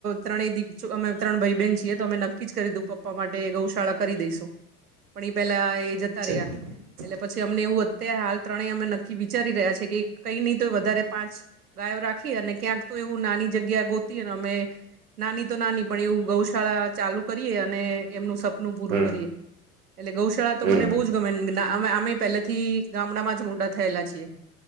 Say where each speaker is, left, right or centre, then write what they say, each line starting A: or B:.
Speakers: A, on the right (about 80°); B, on the right (about 55°).
A: ત્રય દી જો અમે ત્રણ ભાઈ બેન છીએ તો અમે ન કી જ કર્યું તું પપ્પા માટે ગૌશાળા કરી દઈશું પણ એ પેલા એ જતા રહ્યા
B: <inaudible>
A: એટલે પછી અમને એવું અત્યારે હાલ ત્રણેય અમે નક્કી વિચારી રહ્યા છે કે કઈ નહી તો વધારે પાંચ ગાયો રાખી અને ક્યાંક તો એવું નાની જગ્યા ગોતી ને અમે નાની તો નાની પણ એવું ગૌશાળા ચાલુ કરીએ અને એમનું સ પનું પુરુ
B: હમ
A: કરીએ એટલે ગૌશાળા તો
B: હમ
A: મને બહુ જ મે ના આમેય અમે પેલેથી ગામડામાં જ મોટા થયેલા છીએ